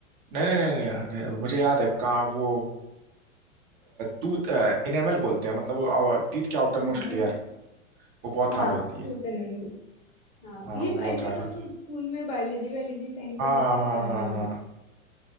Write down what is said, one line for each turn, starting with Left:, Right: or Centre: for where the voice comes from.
Right: नहीं नहीं नहीं नहीं, नहीं मुझे याद है कहाँ वो टूथ इनेमल बोलते हैं मतलब वो टीथ के आउटर
Left: <laughs>
Right: मोस्ट लेयर वो बहुत
Left: हाँ
Right: हार्ड होती है
Left: ट्रूथ एंड एनमल हाँ
Right: हाँ
Left: ये
Right: वो बहुत
Left: आई थिंक
Right: हार्ड होती
Left: हम लोग
Right: है
Left: स्कूल में बायोलॉजी वायोलॉजी साइंस
Right: हाँ
Left: वाइंस में तो
Right: हाँ
Left: पढ़ा
Right: हाँ
Left: ही होगा
Right: हाँ